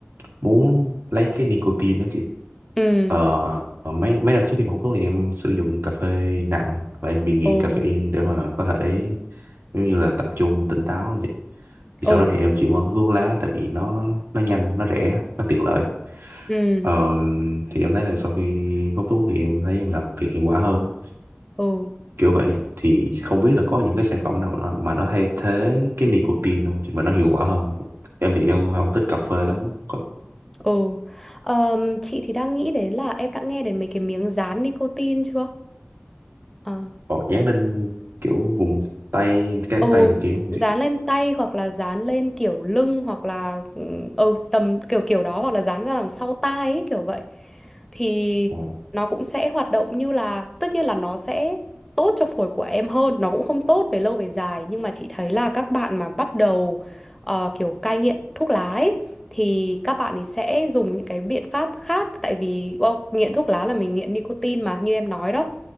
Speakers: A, on the right; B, in the centre.
A: muốn lấy cái nicotine đó chị
B: Ừ.
A: ờ, mấy mấy năm trước khi mà hút thuốc thì em sử dụng cà phê nặng và em bị nghiện
B: Ừ.
A: caffeine để mà có thể giống như là tập trung tỉnh táo á chị thì
B: Ừ.
A: sau đó thì em chuyển qua hút thuốc lá tại vì nó nó nhanh nó rẻ nó tiện lợi
B: Ừ.
A: Ờ, thì em thấy là sau khi hút thuốc thì em thấy em làm việc hiệu quả hơn
B: Ừ.
A: kiểu vậy thì không biết là có những cái sản phẩm nào nó, mà nó thay thế cái nicotine không mà nó hiệu quả hơn em thì em không thích cà phê lắm có,
B: Ừ. Ờm, chị thì đang nghĩ đến là em đã nghe đến mấy cái miếng dán nicotine chưa? Ờ.
A: có dán lên kiểu vùng tay cánh
B: ừ
A: tay này kia đúng không
B: dán
A: chị
B: lên tay hoặc là dán lên kiểu lưng hoặc là ừ ừ, tầm kiểu kiểu đó hoặc là dán ra đằng sau tai ấy, kiểu vậy thì
A: Ờ.
B: nó cũng sẽ hoạt động như là tất nhiên là nó sẽ tốt cho phổi của em hơn nó cũng không tốt về lâu về dài nhưng mà chị thấy là các bạn mà bắt đầu ờ, kiểu cai nghiện thuốc lá ấy, thì các bạn ấy sẽ dùng những cái biện pháp khác tại vì well, nghiện thuốc lá là mình nghiện nicotine mà như em nói đó